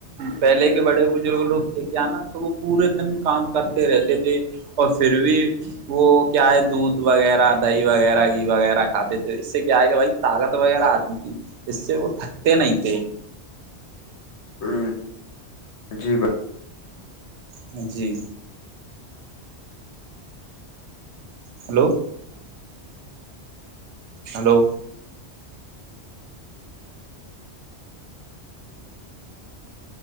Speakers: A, on the right; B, on the left.
A: پہلے کے بڑے بزرگ لوگ کیا نا کہ وہ پورے دن کام کرتے رہتے تھے اور پھر بھی وہ کیا ہے دودھ وغیرہ دہی وغیرہ گھی وغیرہ کھاتے تھے اس سے کیا ہے کہ بھائی طاقت وغیرہ آتی تھی اس سے وہ تھکتے نہیں تھے
B: ہوں جی بھائی
A: ہاں جی ہلو ہلو